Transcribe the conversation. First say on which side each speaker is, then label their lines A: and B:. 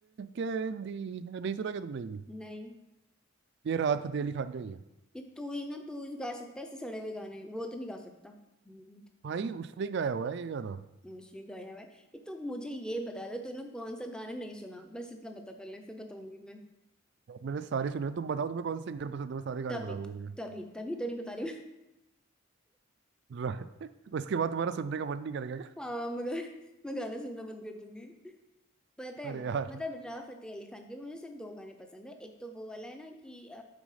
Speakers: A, on the right (about 55°); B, in the centre.
A: कहती है नहीं सुना क्या तुमने ये भी
B: नहीं
A: ये राहत फतेह अली खान का ही है
B: ये तू ही ना तू ही गा सकता है ऐसे सड़े हुए गाने वो तो नहीं गा सकता हम्म,
A: भाई उसने ही गाया हुआ है ये गाना
B: मुझे गाया हुआ है ये तो मुझे ये बता दो तूने कौन सा गाना नहीं सुना बस इतना बता पहले फिर बताऊंगी मैं
A: और मैंने सारे सुने हैं। तुम बताओ तुम्हें कौन से सिंगर पसंद है मैं सारे गाने
B: तभी
A: बता दूंगा तुम्हें
B: तभी तभी तो नहीं बता रही
A: रा- <laughs> उसके बाद तुम्हारा सुनने का मन नहीं करेगा क्या
B: हाँ मगर मैं गाने सुनना बंद कर दूंगी पता है
A: अरे यार
B: मतलब राव फतेह अली खान के मुझे सिर्फ दो गाने पसंद है एक तो वो वाला है ना कि अ,